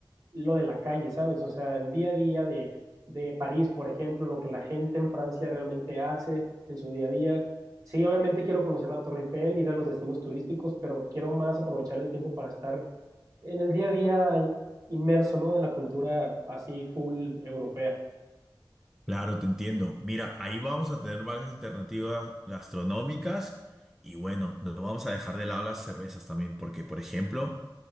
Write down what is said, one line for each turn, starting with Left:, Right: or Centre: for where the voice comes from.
Right: lo de la calle, ¿sabes? O sea, el día a día de, de París, por ejemplo, lo que la gente en Francia realmente hace en su día a día. Sí, obviamente quiero conocer la Torre Eiffel, ir a los destinos turísticos, pero quiero más aprovechar el tiempo para estar en el día a día inmerso, ¿no? De la cultura así full europea.
Centre: Claro, te entiendo. Mira, ahí vamos a tener varias alternativas gastronómicas y bueno, no vamos a dejar de lado las cervezas también, porque por ejemplo,